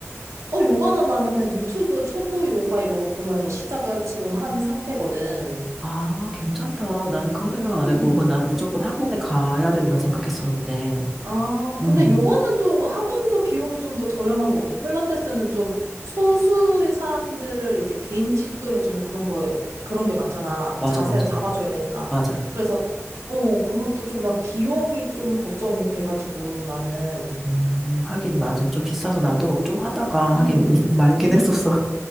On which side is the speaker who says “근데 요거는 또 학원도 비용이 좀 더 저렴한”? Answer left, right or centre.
Right